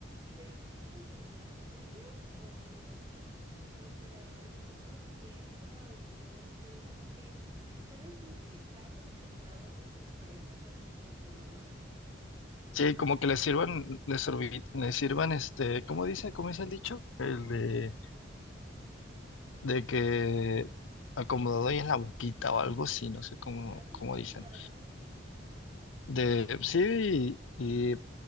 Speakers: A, on the right; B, on the left.
A: ¿de quién es el celular? ¿Tuyo o mío? O sea, no, no piensa o no sé, como que, ¿sabes? Siento que está acostumbrado a que sus parejas sean como su mamá,
B: Sí, como que le sirvan, le sirvi- le sirvan este, ¿cómo dice? ¿Cómo dice el dicho? El de
A: de qué?
B: de que acomodado ahí en la boquita o algo así, no sé cómo,
A: hazte
B: cómo
A: cuenta,
B: dicen.
A: sí,
B: De sí, y, y,